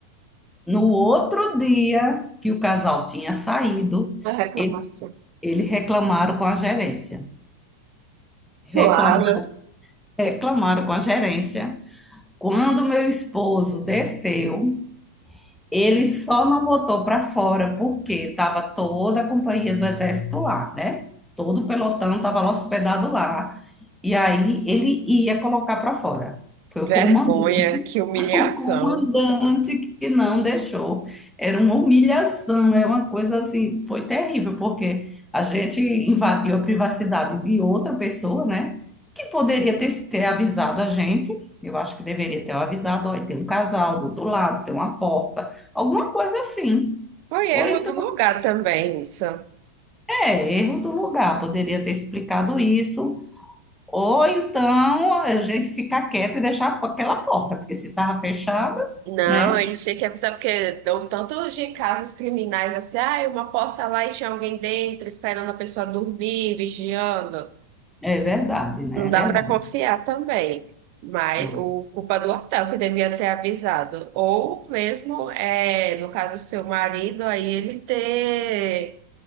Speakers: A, in the centre; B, on the right.
A: No outro dia que o casal tinha saído,
B: uma reclamação.
A: ele- eles reclamaram com a gerência. Reclam-
B: Claro,
A: reclamaram com a gerência. Quando meu esposo desceu, Ele só não botou para fora porque estava toda a companhia do exército lá, né? Todo o pelotão estava lá hospedado lá. E aí ele ia colocar para fora. Foi
B: vergonha,
A: o comandante,
B: que humilhação.
A: <laughs> o comandante que não deixou. Era uma humilhação, é uma coisa assim, foi terrível, porque a gente invadiu a privacidade de outra pessoa, né? Que poderia ter, ter avisado a gente. Eu acho que deveria ter avisado, olha, tem um casal do outro lado, tem uma porta. Alguma coisa assim.
B: Foi
A: Ou
B: erro
A: então,
B: do lugar também, isso.
A: é, erro do lugar, poderia ter explicado isso. Ou então a gente ficar quieto e deixar a aquela porta, porque se estava fechada,
B: Não,
A: né?
B: ele tinha que avisar, porque deu tantos de casos criminais assim, ah, uma porta lá e tinha alguém dentro, esperando a pessoa dormir, vigiando.
A: É verdade, né?
B: Não
A: É
B: dá
A: verdade.
B: para confiar também. Mas
A: Não.
B: o culpa do hotel que devia ter avisado. Ou mesmo, é, no caso, seu marido, aí ele ter